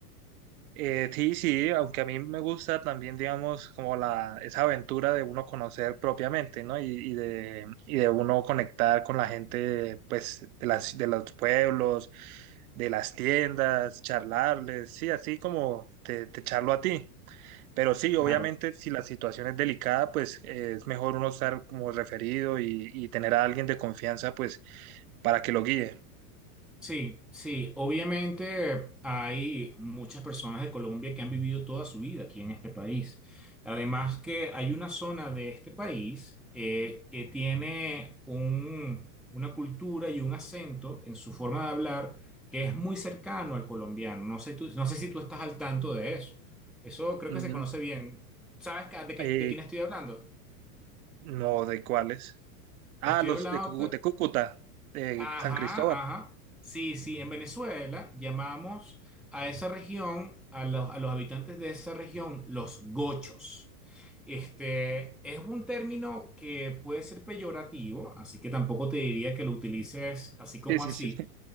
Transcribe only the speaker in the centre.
Claro.
Sí, sí, obviamente hay muchas personas de Colombia que han vivido toda su vida aquí en este país. Además que hay una zona de este país eh, que tiene un- una cultura y un acento en su forma de hablar que es muy cercano al colombiano. No sé tú- no sé si tú estás al tanto de eso. Eso creo
que se conoce bien. ¿Sabes ca- de qué-
de quién estoy hablando?
Estoy
hablando,
Ajá,
ajá. Sí, sí, en Venezuela llamamos a esa región, a los, a los habitantes de esa región, los gochos. Este es un término que puede ser peyorativo, así que tampoco te diría que lo utilices así como
así.